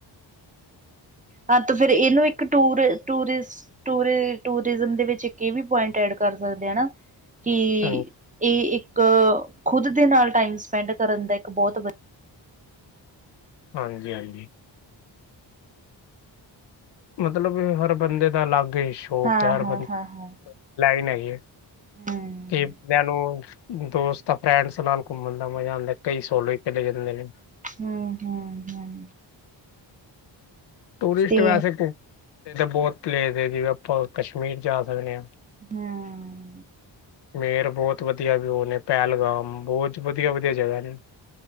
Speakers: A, on the right; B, on the left.
A: ਹਾਂ, ਤੋਂ ਫਿਰ ਇਹਨੂੰ ਇੱਕ ਟੂਰ-ਟੂਰਿਸ ਟੂਰ-ਟੂਰਿਜ਼ਮ ਦੇ ਵਿੱਚ ਇੱਕ ਇਹ ਵੀ ਪੁਆਇੰਟ ਐਡ ਕਰ ਸਕਦੇ ਆ ਨਾ। ਕਿ
B: ਹਾਂ-
A: ਇਹ ਇੱਕ ਖੁਦ ਦੇ ਨਾਲ ਟਾਈਮ ਵੇਲੇ ਵਾਲੀ ਸਪੈਂਡ ਕਰਨ ਦਾ ਇੱਕ ਬਹੁਤ ਵਧੀ
B: ਹਾਂਜੀ-ਹਾਂਜੀ। ਮਤਲਬ, ਹਰ ਬੰਦੇ ਦਾ ਅਲੱਗ ਇਸ਼ੂ। ਹੋ
A: ਹਾਂ
B: ਪਿਆਰ
A: ਹਾਂ
B: ਭਰੀ
A: ਹਾਂ ਹਾਂ
B: ਲਾਈਨ ਹੈਗੀ ਏ।
A: ਹੂੰ
B: ਕਈ ਬੰਦਿਆਂ ਨੂੰ ਦੋਸਤ-ਫਰੈਂਡਸ ਨਾਲ ਘੁੰਮਣ ਦਾ ਮਜ਼ਾ ਆਉਂਦਾ, ਕਈ ਸੋਲੇਜ ਚਲੇ ਜਾਂਦੇ ਨੇ।
A: ਹਮ-ਹਮ-ਹਮ।
B: ਟੂਰਿਸਟ
A: ਤੇ
B: ਵੈਸੇ <inaudible> ਬਹੁਤ ਪਲੇਸ ਐ ਜਿਵੇਂ, ਆਪਾਂ ਕਸ਼ਮੀਰ ਜਾ ਸਕਦੇ ਆ।
A: ਹਮ
B: ਮੇਰ ਬਹੁਤ ਵਧੀਆ ਵਿਊ ਨੇ ਪਹਿਲਗਾਮ ਬਹੁਤ ਵਧੀਆ-ਵਧੀਆ ਜਗ੍ਹਾ ਨੇ।